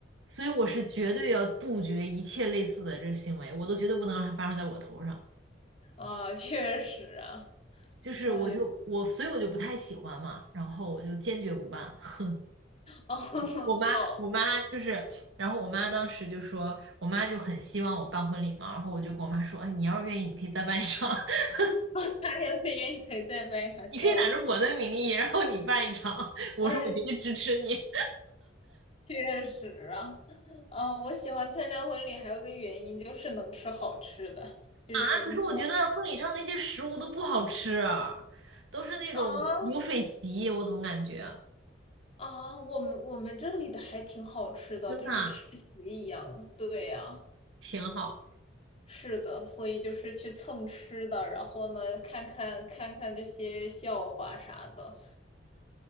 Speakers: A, on the right (about 75°); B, on the left (about 35°).
A: 所以我是绝对要杜绝一切类似的这个行为，我都绝对不能让它发生在我头上。
B: 啊，确实啊，
A: 就是我就我，
B: 哎，
A: 所以我就不太喜欢嘛，然后我就坚决不办。<laughs>
B: 哦，<laughs>
A: 我妈我妈就是，
B: 好，
A: 然后我妈当时就说，我妈就很希望我办婚礼嘛，然后我就跟我妈说，哎，你要是愿意，你可以再办一场，<laughs>
B: <laughs> 他要是也可以再办一场，
A: 你可以打着我的名义，
B: 笑死，
A: 然后你办一场，我说我绝对支持你。
B: 哎，<laughs> 确实啊，嗯，我喜欢参加婚礼还有个原因就是能吃好吃的，就是仅此
A: 啊，可是我觉得婚礼上那些食物都不好吃，都是那种流水席，
B: 啊
A: 我怎么感觉
B: 啊，我们我们这里的还挺好吃的，
A: 真的啊
B: 就是吃席一样的。对呀，
A: 挺好？
B: 是的，所以就是去蹭吃的，然后呢，看看看看这些笑话啥的，